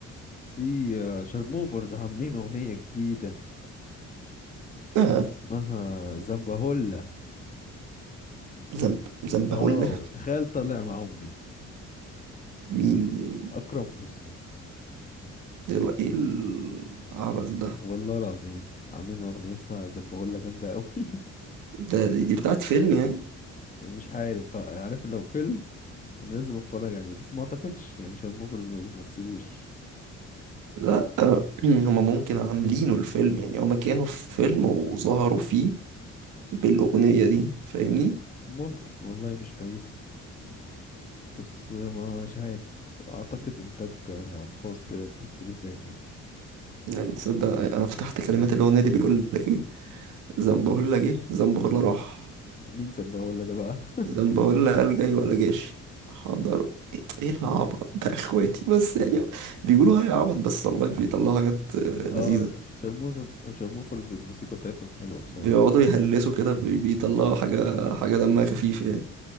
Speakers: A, on the left; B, on the right.
A: في آه، شارموفرز عاملين اغنية جديدة
B: آه
A: اسمها زنبهولا
B: ذنب ذنبهولة
A: اه تخيل طالع مع امي
B: مين
A: اكرم حسني
B: إيه ال- إيه العبث ده
A: والله العظيم عاملين أغنية اسمها زنبهولة جامدة أوي
B: ده دي دي بتاعت فيلم يعني
A: <laughs> مش عارف بقى عارف لو فيلم أنا لازم أتفرج عليه بس ما أعتقدش يعني شارموفرز ما بيمثلوش
B: لا آه، <clears throat> هما ممكن عاملينه الفيلم يعني هما كانوا في فيلم وظهروا فيه بالأغنية دي فاهمني
A: ممكن والله مش بعيد بس ما مش عارف أعتقد إنتاج آه، خاص كده إنتاج كليبات يعني
B: يعني تصدق أنا فتحت كلمات الأغنية دي بيقول لك إيه زنبهولا جه زنبهولا راح
A: مين زنبهولة ده بقى <laughs>
B: زنبهولا قال جاي ولا جاش حضر إيه إيه العبط ده يا إخواتي بس يعني بيقولوا هاي عبط بس والله بيطلعوا حاجات آه، لذيذة
A: اه شارموف شارموفرز الموسيقى بتاعتهم حلوة بصراحة
B: بيقعدوا يهلسوا كده بي- بيطلعوا حاجة حاجة دمها خفيف يعني